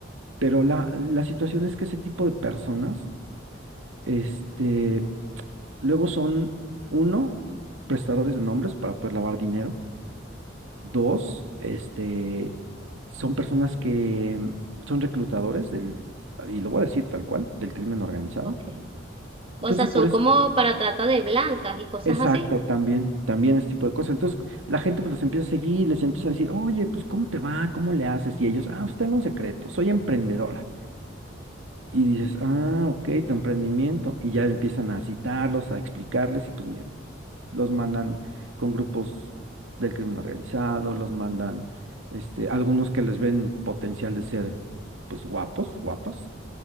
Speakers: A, on the right (about 75°); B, on the right (about 30°).
A: pero la, la situación es que ese tipo de personas, este, luego son, uno, prestadores de nombres para poder lavar dinero Dos, este, son personas que mm, son reclutadores del, y lo voy a decir tal cual, del crimen organizado.
B: ok.
A: Entonces,
B: O sea, son
A: por eso,
B: como para trata de blancas y cosas
A: exacto,
B: así.
A: también, también este tipo de cosas. Entonces, la gente pues los empieza a seguir, les empieza a decir, oye, pues, ¿cómo te va? ¿Cómo le haces? Y ellos, ah, pues tengo un secreto, soy emprendedora. Y dices, ah, ok, tu emprendimiento. Y ya empiezan a citarlos, a explicarles, y pues, mira, los mandan con grupos del crimen organizado, los mandan, este, algunos que les ven potencial de ser, pues, guapos, guapas.